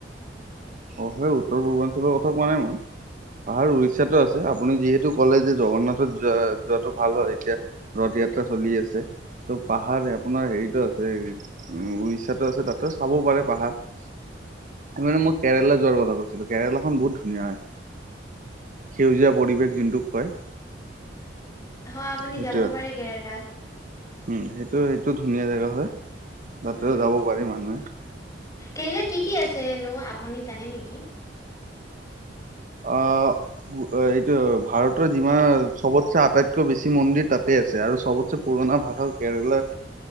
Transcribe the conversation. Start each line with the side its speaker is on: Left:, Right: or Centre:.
Right: অ সেই উত্তৰ পূৰ্বাঞ্চলৰ কথা কোৱা নাই মই। পাহাৰ উৰিষ্যাতোআছে আপুনি যিহেতু ক'লে যে জগন্নাথত যোৱা যোৱাটো ভাল হয় এতিয়া ৰথয়াত্ৰা চলি আছে ত' পাহাৰ আপোনাৰ হেৰিতো আছে এই উম উৰিষ্যাতো আছে তাতো চাব পাৰে পাহাৰ সেই মানে মই কেৰেলা যোৱাৰ কথা কৈছিলোঁ কেৰেলাখন বহুত ধুনীয়া হয়। সেউজীয়া পৰিৱেশ যোনটোক কয়।
Left: হয় আপুনি
Right: সেইটোৱে
Left: যাব পাৰে কেৰেলাত।
Right: উম সেইটো সেইটো ধুনীয়া জেগা হয় তাতেও
Left: উম
Right: যাব পাৰি মানুহে।
Left: কেৰেলাত কি কি আছে নো আপুনি জানে নেকি
Right: অ অ এইটো ভাৰতৰ যিমান চবতচে আটাইতকৈ বেছি মন্দিৰ তাতে আছে আৰু চবতছে পুৰণা ভাষা কেৰেলাৰ